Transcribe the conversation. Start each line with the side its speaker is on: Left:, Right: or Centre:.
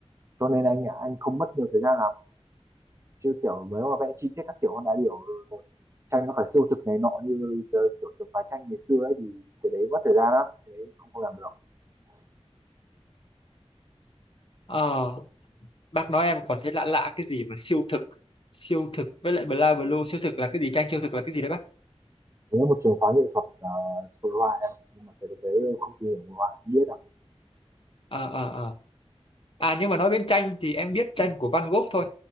Right: cho nên anh à, anh không mất nhiều thời gian lắm chứ kiểu mới mà vẽ chi tiết các kiểu con đá điểu rồi, rồi tranh nó phải siêu thực này nọ như ờ, kiểu trường phái tranh ngày xưa ấy thì cái đấy mất thời gian lắm cái đấy không không làm được
Left: ờ bác nói em còn thấy lạ lạ cái gì mà siêu thực siêu thực với lại bla blue siêu thực là cái gì tranh siêu thực là cái gì đấy bác
Right: nếu một trường phái nghệ thuật ờ, hội uh, họa em nhưng mà cái đấy em không tìm hiểu hội họa không biết đâu
Left: ờ ờ ờ à nhưng mà nói đến tranh thì em biết tranh của Van Gogh thôi